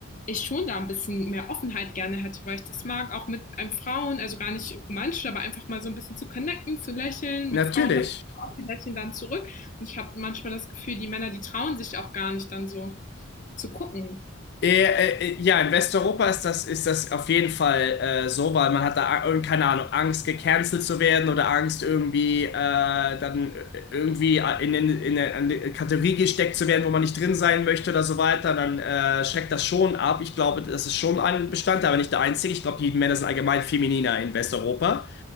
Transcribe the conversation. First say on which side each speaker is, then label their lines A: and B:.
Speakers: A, on the left (about 40°); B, on the left (about 55°).
A: ich schon da ein bisschen mehr Offenheit gerne hätte, weil ich das mag, auch mit einem Frauen, also gar nicht romantisch, aber einfach mal so ein bisschen zu connecten, zu lächeln.
B: Natürlich.
A: Mit Frauen habe ich auch die Lächeln dann zurück. Und ich habe manchmal das Gefühl, die Männer, die trauen sich auch gar nicht dann so zu gucken.
B: Äh, äh, ja, in Westeuropa ist das, ist das auf jeden Fall äh, so, weil man hat da, a- irgend- keine Ahnung, Angst, gecancelt zu werden oder Angst, irgendwie äh, dann äh, irgendwie äh, in, in, in eine Kategorie gesteckt zu werden, wo man nicht drin sein möchte oder so weiter, dann äh, schreckt das schon ab. Ich glaube, das ist schon ein Bestandteil, aber nicht der einzige. Ich glaube, die Männer sind allgemein femininer in Westeuropa.